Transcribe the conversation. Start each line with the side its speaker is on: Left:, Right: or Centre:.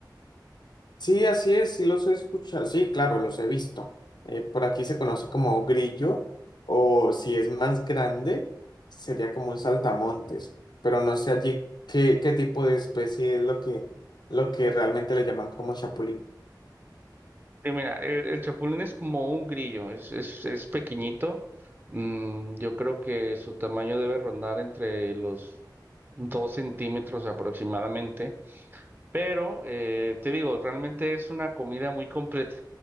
Left: Sí, así es, sí los he escuchado, sí, claro, los he visto. Eh, por aquí se conoce como grillo, o si es más grande, sería como un saltamontes, pero no sé allí qué, qué tipo de especie es lo que, lo que realmente le llaman como chapulín.
Right: Eh, mira, el, el chapulín es como un grillo, es, es, es pequeñito. Mm, yo creo que su tamaño debe rondar entre los dos centímetros aproximadamente. Pero eh, te digo, realmente es una comida muy completa.